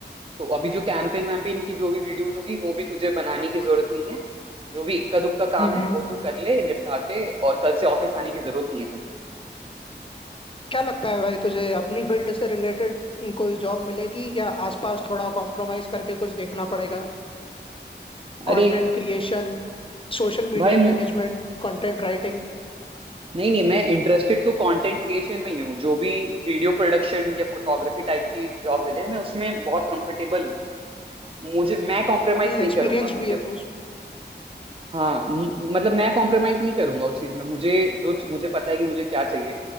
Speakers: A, on the right; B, on the left.
A: तो अभी जो कैंपेन वैम्पेन की जो भी वीडियोस होगी वो भी तुझे बनाने की जरूरत नहीं है जो भी इक्का दुक्का काम
B: हम्म
A: है
B: हम्म।
A: वो तू कर ले निपटा के और कल से ऑफिस आने की जरूरत नहीं है तुझे
B: क्या लगता है भाई तुझे अपनी फील्ड से रिलेटेड कोई जॉब मिलेगी या आसपास थोड़ा कॉम्प्रोमाइज करके कुछ देखना पड़ेगा
A: अरे
B: Content creation social media
A: भाई मु-
B: management content writing
A: नहीं नहीं मैं इंटरेस्टेड तो कंटेंट क्रिएशन में ही हूँ जो भी वीडियो प्रोडक्शन या फोटोग्राफी टाइप की जॉब मिले मैं उसमें बहुत कंफर्टेबल हूँ मुझे मैं कॉम्प्रोमाइज नहीं
B: Experience
A: करूंगा मुझे
B: भी है तू
A: हाँ म- मतलब मैं कॉम्प्रोमाइज नहीं करूंगा उस चीज में मुझे जो मुझे पता है कि मुझे क्या चाहिए